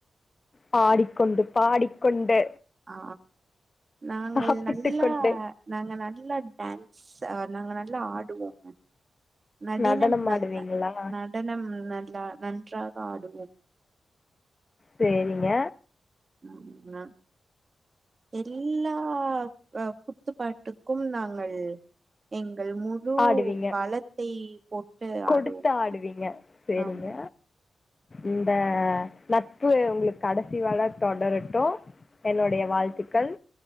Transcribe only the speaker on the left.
பாடிக்கொண்டு பாடிக்கொண்டு
சாப்பிட்டு
கொண்டு
நடனம்
ஆடுவீங்களா
சேரிங்க
ஆடுவீங்க
கொடுத்து
ஆடுவீங்க சரிங்க
இந்த நட்பு ஒங்களுக் கடசி வர தொடரட்டு என்னுடைய வாழ்த்துக்கள்